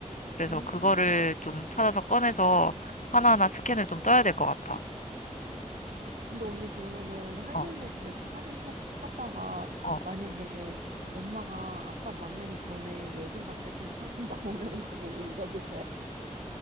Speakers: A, on the left; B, on the right.
A: 그래서
B: 오.
A: 그거를 좀 찾아서 꺼내서 하나하나 스캔을 좀 떠야 될 것 같아.
B: 근데 언니 그러면은 할머니네
A: 어,
B: 집에서 사진 타, 찾다가
A: 어.
B: 만약에 엄마가 아빠 만나기 전에 예전 남자친구 사진 <laughs> 나오면은 그거 올려도 돼?